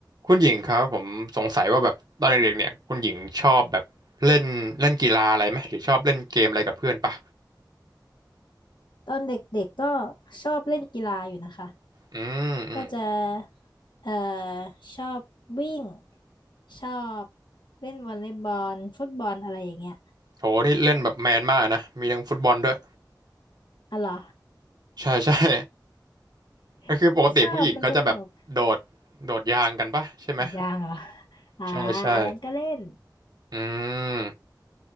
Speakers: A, on the right; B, on the left.
A: คุณหญิงครับผมสงสัยว่าแบบตอนเด็กๆเนี่ยคุณหญิงชอบแบบเล่นเล่นกีฬาอะไรไหมหรือชอบเล่นเกมอะไรกับเพื่อนปะ
B: ตอนเด็กๆก็ชอบเล่นกีฬาอยู่นะคะ
A: อืมอืม
B: ก็จะเอ่อชอบวิ่งชอบเล่นวอลเลย์บอลฟุตบอลอะไรอย่างเงี้ย
A: โหนี่เล่นแบบแมนมากนะมีทั้งฟุตบอลด้วย
B: อ๋อเหรอ
A: ใช่ใช่ <laughs> ก็คือปกติผู้หญิงก็จะแบบโดดโดดยางกันปะใช่ไหม
B: <laughs> นี่ชอบมันสนุกยังเหรออ่าอันนั้นก็เล่น
A: ใช่ใช่อืม